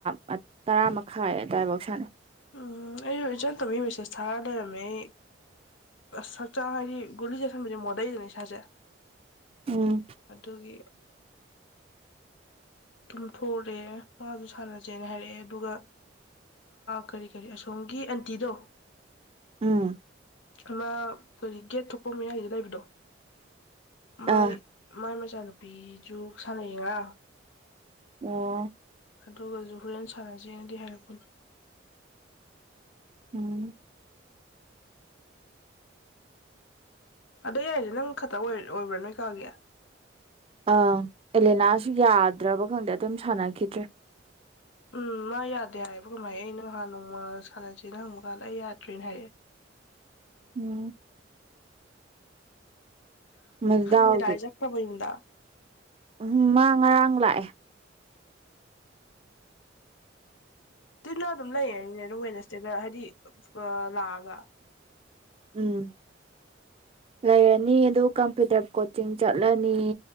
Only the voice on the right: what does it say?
ꯃꯠ ꯇꯔꯥ ꯃꯈꯥꯏ ꯑꯗꯨꯋꯥꯏꯕꯥꯎ ꯁꯥꯟꯅꯩ꯫
ꯎꯝ
ꯎꯃ
ꯑꯥ
ꯎꯝ
ꯎꯝ
ꯑ ꯑꯦꯂꯦꯅꯥꯁꯨ ꯌꯥꯗ꯭ꯔꯕ ꯈꯪꯗꯦ ꯑꯗꯨꯝ ꯁꯥꯟꯅꯈꯤꯗ꯭ꯔꯦ
ꯎꯝ ꯃꯗꯥꯎꯗꯤ
ꯎꯝ ꯃ ꯉꯔꯥꯡ ꯂꯥꯛꯑꯦ
ꯎꯝ ꯂꯩꯔꯅꯤ ꯑꯗꯨ ꯀꯝꯄ꯭ꯌꯨꯇꯔ ꯀꯣꯆꯤꯡ ꯆꯠꯂꯅꯤ